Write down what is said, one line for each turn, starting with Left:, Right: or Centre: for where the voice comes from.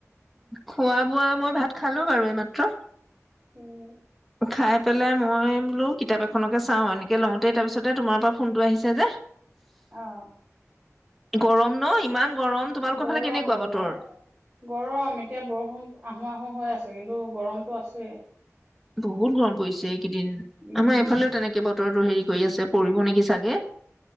Centre: খোৱা বোৱা মই ভাত খালো বাৰু এইমাত্ৰ
Right: উম
Centre: খাই পেলাই মই বোলো কিতাপ এখনকে চাও এনেকে লওঁতেই তাৰ পিছতে তোমাৰ পৰা ফোন টো আহিছে যে
Right: অ
Centre: গৰম ন ইমান গৰম তোমালোকৰ
Right: গৰম-গৰম।
Centre: ফালে কেনেকুৱা বতৰ
Right: গৰম, এতিয়া বৰষুণ আহ হোৱাহো হৈ আছে কিন্তু গৰমটো আছেই
Centre: বহুত গৰম পৰিছে এই কেইদিন।
Right: উম
Centre: আমাৰ এইফালেও তেনেকে বত তৰটো হেৰি কৰি আছে, পৰি নেকি চাগে